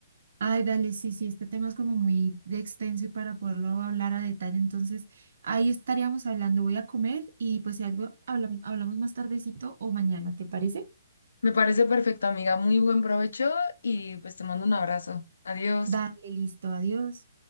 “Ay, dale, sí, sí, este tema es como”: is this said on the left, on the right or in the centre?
Right